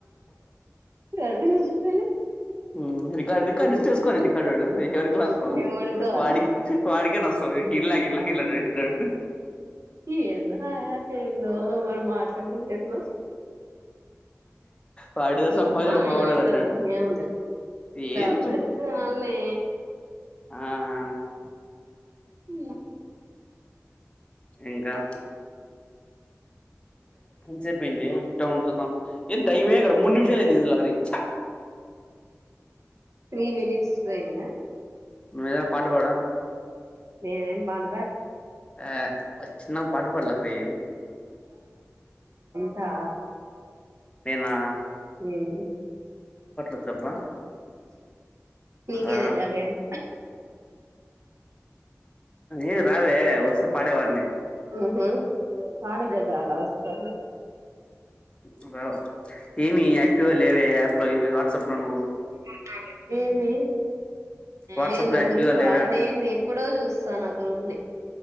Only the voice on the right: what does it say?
గది నిజమేలే
ఎవడికి కావాలా
ఏన్ దోర సే అ ఎవరు మాట్లాడలేదు
చూద్దాం
ఏమైతదిలె
ఏముందిలే
డబ్బులు ఎక్కువ లే
ఉ
త్రీ మినిట్స్ పోయిందా
నేనేం మాట
కా
ఉం
నీకేదెలియాలి
ఏన్
ఉహు పాడు గజాల వస్తాది
నాకు S B I V
నేనా
గ్రూప్
ఆ నేను ఎప్పుడో చూస్తాను గ్రూప్ని